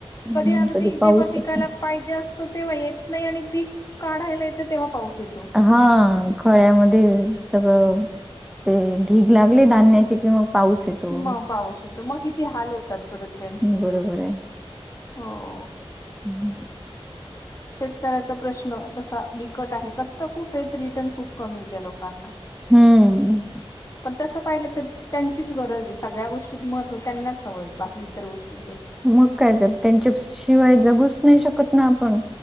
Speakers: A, in the centre; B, on the left.
A: हम्म
B: कधी अगदी
A: पाऊस
B: जेव्ह पिकाला
A: असला
B: पाहिजे असतो तेव्हा येत नाही. आणि पीक काढायला येत तेव्हा पाऊस येतो.
A: हा खळ्यामध्ये सगळं ते ढीग लागली. धान्याचे कि मग पाऊस येतो
B: मग पाऊस येतो. मग किती हाल होतात परत त्यांचे
A: बरोबर
B: हो.
A: हम्म
B: शेतकऱ्याचा प्रश्न तसा बिकट आहे कष्ट खूप हायत रिटर्न खूप कमी हाय त्या लोकांना.
A: हम्म
B: पण तसं पाहिलं तर त्यांचीच गरज हेय सगळ्या गोष्टीत मत हो त्यांनाच हवंय. बाकी इतर गोष्टी
A: मग काय तर, त्यांच्या शिवाय जगूच नाही शकत. ना आपण